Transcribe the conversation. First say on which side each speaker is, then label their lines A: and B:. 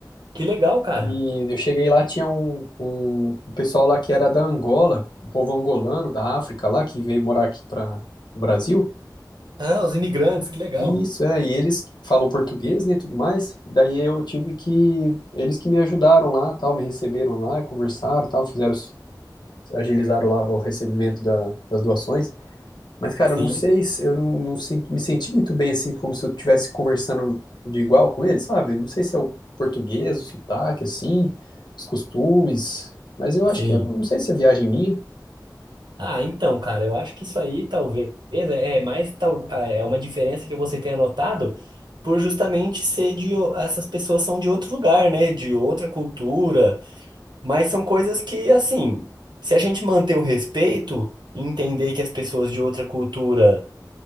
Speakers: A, on the right; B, on the left.
A: que legal, cara.
B: E eu cheguei lá, tinha um, um, um pessoal lá que era da Angola, um povo angolano da África lá, que veio morar aqui para o Brasil.
A: Ah, os imigrantes, que legal.
B: Isso, é, e eles falam português, né, e tudo mais, e daí eu tive que, eles que me ajudaram lá, tal, me receberam lá, conversaram, tal, fizeram, agilizaram lá o recebimento da- das doações, mas, cara,
A: Sim,
B: eu não sei, se- eu não, não sen- me senti muito bem, assim, como se eu estivesse conversando de igual com eles, sabe, não sei se é o português, o sotaque, assim, os costumes, mas eu acho
A: sim.
B: que, eu não sei se é viagem minha,
A: Ah, então, cara, eu acho que isso aí talvez é é mais tal, é uma diferença que você tenha notado por justamente ser de o- essas pessoas são de outro lugar, né? De outra cultura, mas são coisas que assim, se a gente manter o respeito, e entender que as pessoas de outra cultura